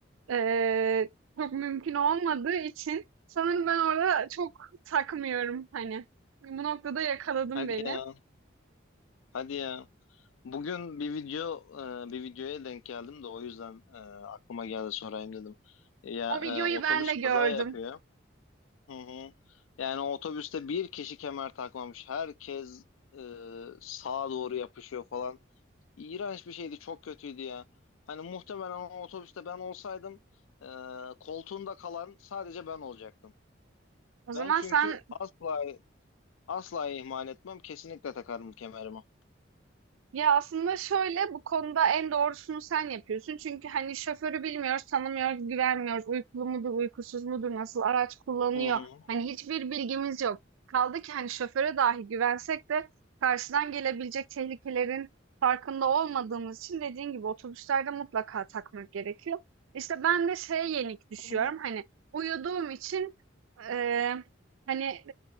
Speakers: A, on the right (about 90°); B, on the left (about 85°).
A: eee, çok mümkün olmadığı için sanırım ben orada çok takmıyorum, hani. Bu noktada yakaladın
B: Hadi
A: beni.
B: ya. Hadi ya. Bugün bir video e, bir videoya denk geldim de o yüzden e, aklıma geldi sorayım dedim. Ya
A: O
B: e,
A: videoyu
B: otobüs
A: ben de
B: kaza
A: gördüm.
B: yapıyor. Hı hı. Yani otobüste bir kişi kemer takmamış. Herkes e, sağa doğru yapışıyor falan. İğrenç bir şeydi, çok kötüydü ya. Hani muhtemelen o otobüste ben olsaydım e, koltuğunda kalan sadece ben olacaktım.
A: O
B: Ben
A: zaman
B: çünkü
A: sen,
B: asla asla ihmal etmem. Kesinlikle takarım kemerimi.
A: Ya aslında şöyle bu konuda en doğrusunu sen yapıyorsun. Çünkü hani şoförü bilmiyoruz, tanımıyoruz, güvenmiyoruz. Uykulu mudur, uykusuz mudur, nasıl araç kullanıyor.
B: Hı hı
A: Hani hiçbir bilgimiz yok. Kaldı ki hani şoföre dahi güvensek de karşıdan gelebilecek tehlikelerin farkında olmadığımız için dediğin gibi otobüslerde mutlaka takmak gerekiyor. İşte ben de şeye yenik düşüyorum.
B: hı hı.
A: Hani uyuduğum için eee, hani